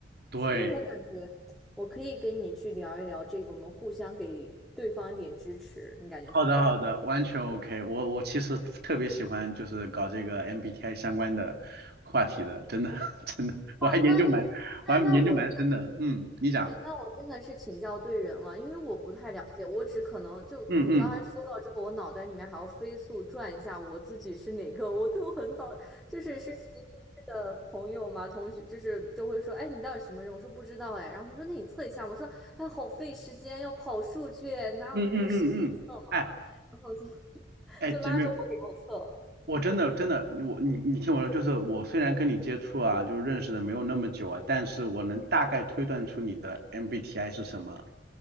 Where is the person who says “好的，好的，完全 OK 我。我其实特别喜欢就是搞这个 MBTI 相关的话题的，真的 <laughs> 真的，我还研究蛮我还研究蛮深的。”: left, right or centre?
Right